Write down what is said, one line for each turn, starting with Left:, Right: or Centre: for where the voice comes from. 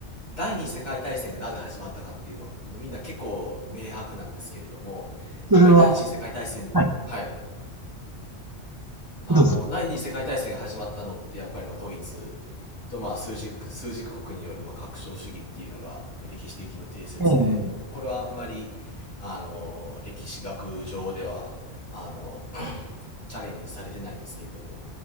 Left: 第二次世界大戦がなぜ始まったかっていうのは、もうみんな結構明白なんですけれども、
Right: それは、
Left: やっぱり第一次世界大戦、
Right: はい、
Left: はい。あの、
Right: どうぞ。
Left: 第二次世界大戦が始まったのって、やっぱりまあドイツとまあ枢軸、枢軸国によるまあ拡張主義っていうのがまあ歴史的の定説で、
Right: ええ
Left: もうこれはあまり、あの、歴史学上では、あの、チャレンジされてないんですけれども、やっ